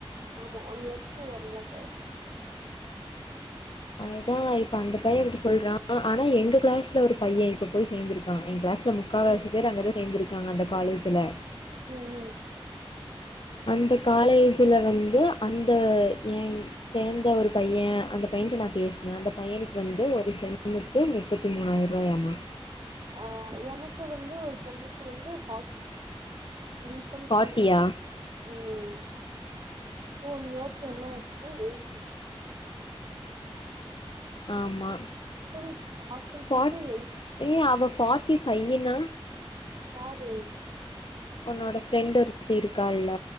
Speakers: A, on the right; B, on the left.
A: ஆமா ஒன் இயர்க்கு ஒன் லேக் ஆயிரு
B: அதுதா இப்ப அந்த பைய அப்டி சொல்றா ஆனா எங்க கிளாஸ்ல ஒரு பைய இப்ப போய் சேந்திருக்கா எ கிளாஸ்ல முக் முக்காவாசி
A: ம்
B: பேரு அங்க தா சேந்திருக்காங்க அந்த காலேஜுல
A: ம் ம்
B: அந்த காலேஜுல வந்து அந்த எங் சேந்த ஒரு பைய அந்த பையன்ட்ட நா பேசுனே அந்த பையனுக்கு வந்து ஒரு செம்மு க்கு முப்பத்தி மூணாயிர ரூவாயாமா
A: ஆ எனக்கு வந்து ஒரு செம்முக்கு வந்து ஃபார்ட்டி நீக்கம்
B: ஃபாட்டியா
A: செய்யு ம் அப்போ ஒன் இயர் இப்ப எவ்ளோ ஆய்டுச்சுனா எயி
B: ஆமா
A: ஸ்டில் ஹாஸ்டல்
B: ஃபாட்
A: ஃபீஸு எயிட்
B: ஏ அவ ஃபார்ட்டி ஃபையினா
A: யாரு
B: ஒன்னோட ஃப்ரெண்ட்டு ஒருத்தி இருக்கால்ல